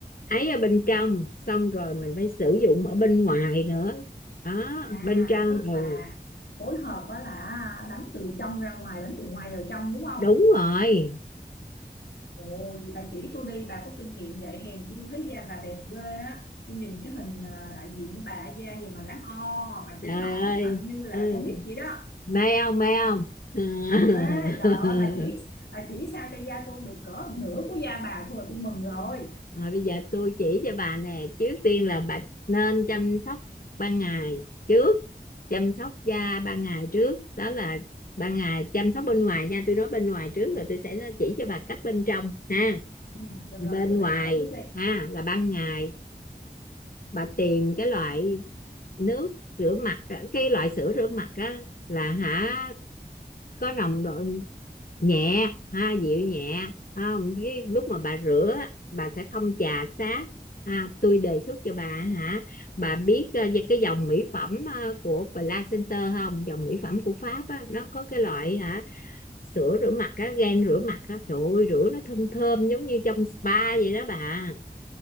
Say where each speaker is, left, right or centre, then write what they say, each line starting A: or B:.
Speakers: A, on the left; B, on the left.
A: ấy ở bên trong xong rồi mình phải sử dụng ở bên ngoài nữa đó
B: à
A: bên trong
B: tức
A: ừ
B: là phối hợp đó là đánh từ trong ra ngoài đánh từ ngoài vào trong đúng không
A: đúng rồi
B: ồ vậy bà chỉ tôi đi bà có kinh nghiệm vậy hèn chi tôi thấy da bà đẹp ghê á tôi nhìn cái hình ờ, đại diện của bà da gì mà láng o mà
A: trời
B: trắng nõn
A: ơi
B: à, như là
A: ừ.
B: con nít vậy đó
A: mê không mê không Ừ. <laughs>
B: mê trời ơi bà chỉ bà chỉ sao cho da tôi được cỡ một nửa của da bà thôi là tôi mừng rồi
A: rồi bây giờ tôi chỉ cho bà nè trước tiên là bà nên chăm sóc ban ngày trước chăm sóc da ban ngày trước đó là ban ngày chăm sóc bên ngoài nha tôi nói bên ngoài trước rồi tôi sẽ chỉ cho bà cách bên trong ha
B: ừ, được
A: bên
B: rồi vậy bên
A: ngoài
B: ngoài trước đi
A: ha là ban ngày bà tìm cái loại nước rửa mặt á, cái loại sữa rửa mặt á là hả có nồng độ nhẹ ha dịu nhẹ không cái lúc mà bà rửa á, bà sẽ không chà xát ha tôi đề xuất cho bà hả bà biết ờ, về cái dòng mỹ phẩm ờ, của Placenter không dòng mỹ phẩm của Pháp á nó có cái loại hả sữa rửa mặt á gel rửa mặt á trời ơi rửa nó thơm thơm giống như trong spa vậy đó bà